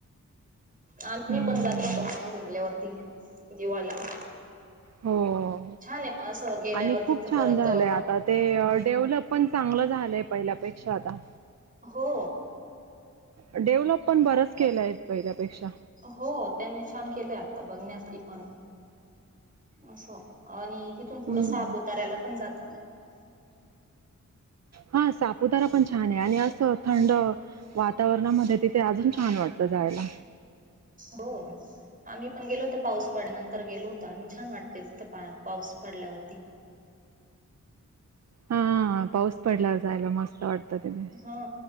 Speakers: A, on the right; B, on the right.
A: आ मी
B: हम्म.
A: पण जाता होतो माहेरी आल्यावरती दिवाळीला
B: हो
A: छान आहे पण असं गेल्यावर
B: आणि खुप
A: तिथं
B: छान
A: परत
B: झालंय आता ते डेव्हलप पण चांगलं झालंय पहिल्यापेक्षा आता
A: हो
B: डेव्हलप पण बरच केलंय पहिल्यापेक्षा
A: हो त्यांनी छान केले आता बघण्यासाठी पण असं आणि तिथुन पुढं
B: हम्म.
A: सहापुतऱ्याला पण जातात.
B: हा सापुतारा पण छान छान आहे आणि असं थंड वातावरणामध्ये तिथे अजून छान वाटतं जायला.
A: हो आम्ही पण गेलो होतो पाऊस पडल्या नंतर गेलो होत आम्ही छान वाटलं. पाऊस पडल्यावरती
B: हा पाऊस पडला जायला मस्त वाटतं. तिथे.
A: हा